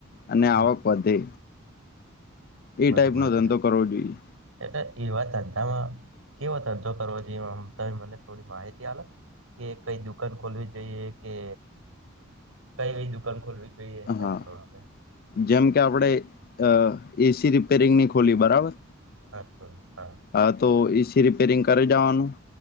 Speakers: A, on the left; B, on the right.
A: અને
B: હા
A: આવક વધે. એ
B: બરાબર.
A: ટાઈપનો ધંધો કરવો જોઈએ
B: એટલે એવા ધંધામાં કેવો ધંધો કરવો, જે તમે મને થોડી માહિતી આલો. કે કંઈ દુકાન ખોલવી જોઈએ કે, કંઈ એવી દુકાન ખોલવીજો. જો
A: હા
B: એમ કરે છે.
A: જેમ કે, આપણે અ એસી રિપેરિંગની ખોલી, બરાબર.
B: હા, ખોલ હા.
A: હાતો, એસી રિપેરિંગ કરે જાઓનું